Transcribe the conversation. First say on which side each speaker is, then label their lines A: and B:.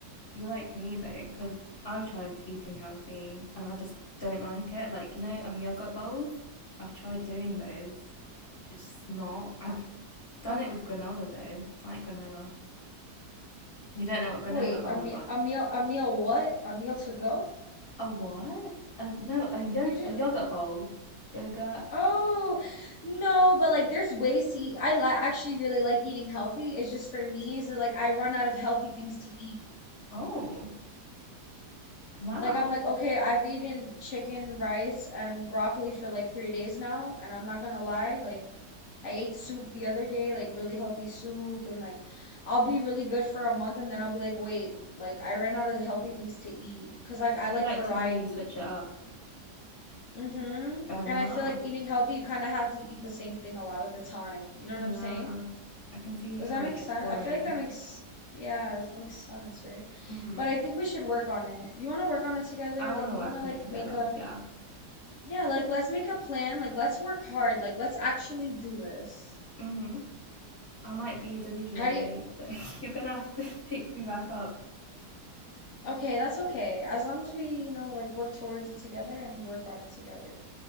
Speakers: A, on the left; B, on the left.
A: You're like me though, because I've tried eating healthy and I just don't like it. Like, you know, um, yogurt bowls, I've tried doing those. It's just not. I've
B: I,
A: done
B: I mean,
A: it with granola though. I like granola. You don't know what granola?
B: wait,
A: Oh
B: I
A: my
B: mean,
A: god.
B: a meal, a meal what? A meal to go?
A: A what? A, no, a yog
B: You just
A: a yogurt bowl. Yogurt.
B: Oh, no, but like there's ways to eat. I li actually really like eating healthy. It's just for me is that like I run out of healthy things to eat.
A: Oh, wow.
B: Like I'm like, okay, I've eaten chicken, rice, and broccoli for like three days now, and I'm not gonna lie, like I ate soup the other day, like really healthy soup, and like I'll be really good for a month and then I'll be like, wait, like I ran out of healthy things to eat. 'Cause like
A: So
B: I
A: you
B: like
A: like
B: variety.
A: to really switch it up.
B: Mm-hmm.
A: Fair
B: And
A: enough.
B: I feel like eating healthy, you kind of have to eat the same thing a lot of the time. You know what
A: Yeah.
B: I'm saying?
A: I can see
B: Does
A: how
B: that
A: it
B: make
A: gets
B: sense?
A: boring.
B: I feel like that makes, yeah, it makes sense, right?
A: Mm-hmm.
B: But I think we should work on it. You want to work on it together?
A: I want
B: Like,
A: to
B: you
A: work
B: want to like
A: on it together.
B: make a,
A: Yeah.
B: yeah, like let's make a plan. Like, let's work hard. Like, let's actually do this.
A: Mm-hmm. I might be delusional
B: How
A: though,
B: do you,
A: so <laughs> you're gonna have to <laughs> pick me back up
B: okay, that's okay. As long as we, you know, like work towards it together and work on it together.